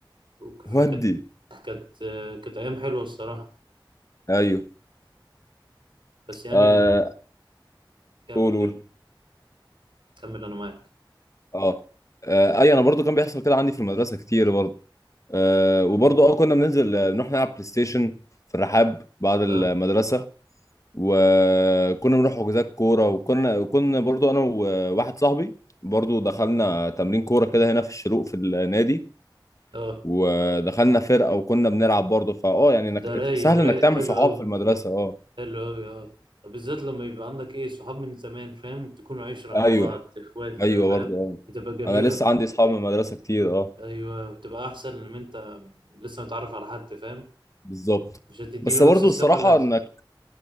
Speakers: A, on the right; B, on the left.
A: وك- فكانت
B: ودي
A: كانت آه، كانت أيام حلوة الصراحة
B: ايوه
A: بس يعني
B: آه
A: ال... كمل
B: قول
A: كمل
B: قول
A: كمل أنا معاك
B: اه آه، ايوه انا برضو كان بيحصل كده عندي في المدرسة كتير برضو آه وبرضو اه كنا بننزل آه، نروح نلعب بلاي ستيشن في الرحاب بعد المدرسة
A: اه
B: وكنا بنروح حجوزات كورة وكنا كنا برضو انا وواحد صاحبي برضو دخلنا تمرين كورة كده هنا في الشروق في النادي
A: اه
B: ودخلنا فرقه وكنا بنلعب برضه فاه يعني انك
A: ده رايق
B: سهل انك
A: رايق
B: تعمل
A: حلو
B: صحاب
A: أوي
B: في المدرسه اه
A: حلو أوي أه بالذات لما يبقى عندك إيه صحاب من زمان فاهم تكونوا عشرة مع
B: ايوه
A: بعض إخوات كده
B: ايوه برضه
A: فاهم
B: اه
A: بتبقى جميلة
B: انا لسه عندي اصحاب من المدرسه كتير اه
A: أيوه بتبقى أحسن لما أنت لسه متعرف على حد فاهم
B: بالظبط
A: مش هتديله
B: بس برضه
A: نفس الثقة
B: الصراحه
A: اللي هت...
B: انك